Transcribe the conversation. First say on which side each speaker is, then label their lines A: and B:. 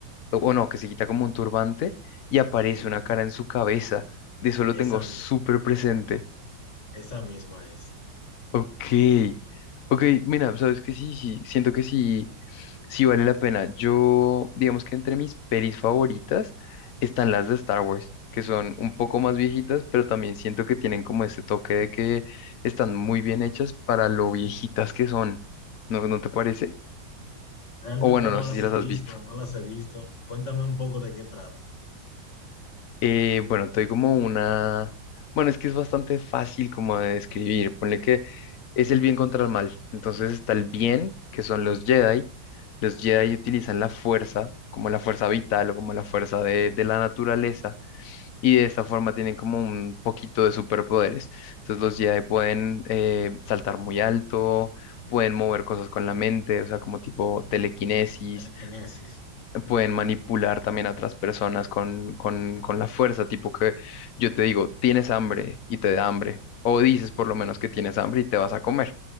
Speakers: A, on the left; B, on the left.
A: o, o no, que se quita como un turbante y aparece
B: Ujú.
A: una cara en su cabeza. De eso lo
B: Esa
A: tengo súper
B: misma,
A: presente.
B: esa misma es.
A: Ok, ok, mira, sabes que sí, sí, siento que sí, sí vale la pena. Yo, digamos que entre mis pelis favoritas están las de Star Wars, que son un poco más viejitas, pero también siento que tienen como ese toque de que están muy bien hechas para lo viejitas que son. ¿No, no te parece?
B: Realmente
A: O bueno,
B: no
A: no sé
B: las
A: si las
B: he visto,
A: has visto.
B: no las he visto. Cuéntame un poco de qué trata.
A: Eh, bueno, te doy como una... Bueno, es que es bastante fácil como de describir. Ponle que es el bien contra el mal. Entonces está el bien, que son los Jedi. Los Jedi utilizan la fuerza, como la fuerza vital o como la fuerza de, de la naturaleza. Y de esta forma tienen como un poquito de superpoderes. Entonces los Jedi pueden eh, saltar muy alto, pueden mover cosas con la mente, o sea, como tipo telequinesis
B: Telequinesis.
A: pueden manipular también a otras personas con, con, con la fuerza, tipo que yo te digo, tienes hambre y te da hambre, o dices por lo menos que tienes hambre y te vas a comer.